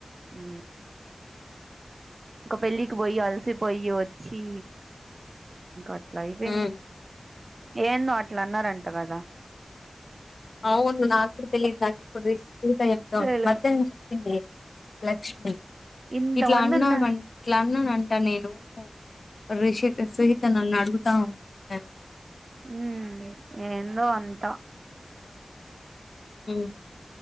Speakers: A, on the right; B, on the left.
A: ఊ ఇంకా పెళ్ళికి పోయి అల్సి పోయి వచ్చి అట్లైపోయింది
B: ఉమ్
A: ఏందో అట్లా అన్నారంట గదా
B: అవును నాగూడా తెలీదు నాకు ఇప్పుడు రి ఊకే జెప్తం
A: సరే
B: మధ్యాహ్నం చెప్పింది లే లక్ష్మి
A: ఇంతమంది
B: ఇట్లా అన్నానం
A: ఉన్న
B: ఇట్లా అన్నానంట నేను రిషిక సహిత నన్ను అడుగుత ఉంటది
A: ఉమ్ ఏందో అంతా
B: ఉ